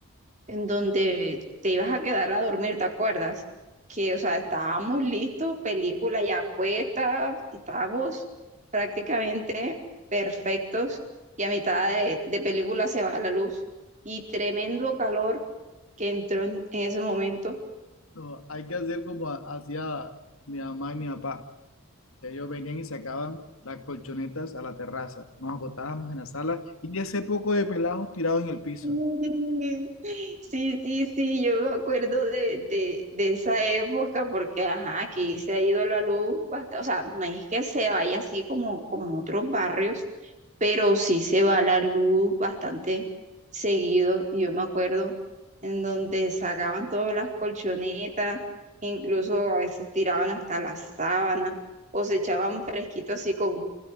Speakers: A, on the right; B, on the left.
A: en donde te ibas a quedar a dormir, ¿te acuerdas? Que, o sea, estábamos listos, película ya puesta, estábamos prácticamente perfectos y a mitad de, de película se va la luz y tremendo calor que entró en, en ese momento.
B: No, hay que hacer como ha- hacía mi mamá y mi papá. Ellos venían y sacaban las colchonetas a la terraza. Nos acotábamos en la sala y ese poco de pelados tirados en el piso.
A: Mm. Sí, sí, sí, yo me acuerdo de, de, de esa época porque, ajá, aquí se ha ido la luz, bastante, o sea, no es que se vaya así como, como en otros barrios, pero sí se va la luz bastante seguido. y Yo me acuerdo en donde sacaban todas las colchonetas, incluso a veces tiraban hasta las sábanas o se echaban fresquito así con,